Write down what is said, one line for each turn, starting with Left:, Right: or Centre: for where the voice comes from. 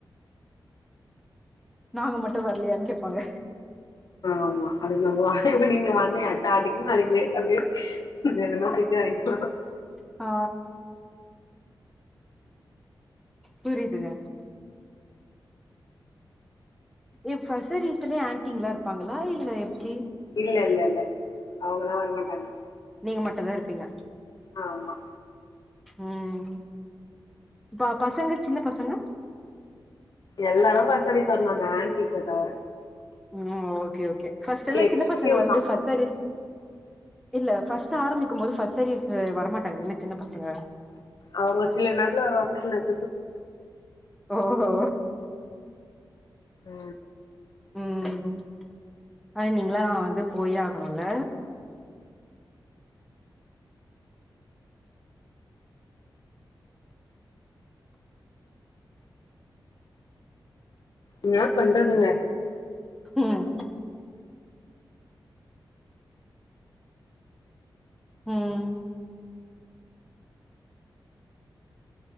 Centre: நாங்க மட்டு வர்லயான்னு கேட்பாங்க
Left: ஆமா அதுக்கு நாம வாய மூடிக்கிண்டு வந்து அடுத்த <unintelligible> நாளைக்கு லேட்டா போய் வேணுனா திட்டு வாங்கிகிலன்
Centre: ஆ புரியுதுங்க ஏ ஃபர்ஸ் சர்வீசலே ஆன்டிங்லா இருப்பாங்களா இல்ல எப்டி
Left: இல்ல இல்ல இல்ல அவங்களா வரமாட்டாங்க
Centre: நீங்க மட்டுதா இருப்பீங்க
Left: ஆமா
Centre: ம் ப பசங்க சின்ன பசங்க
Left: எல்லாரு ஃபஸ்ட் சர்வீஸ் வர்னு அந்த ஆன்டிஷ தவற
Centre: ம் ஓகே ஓகே ஃபர்ஸ்ட் எல்லா
Left: எக்ஸ்கியூஸா
Centre: சின்ன பசங்க வந்து ஃபர்ஸ் சர்வீஸ் இல்ல ஃபர்ஸ்ட் ஆரம்பிக்கு போது ஃபஸ்ட் சர்வீஸ் வரமாட்டாங்க என்ன சின்ன பசங்க
Left: அவுங்க சில நேரத்துல வருவாங்க சில <inaudible>
Centre: ஓ ஹோ
Left: ஓ
Centre: உம் ஆனா நீங்கல்லா வந்து போயே ஆகணும் இல்ல
Left: என்னா பண்றதுங்க
Centre: ம் ம்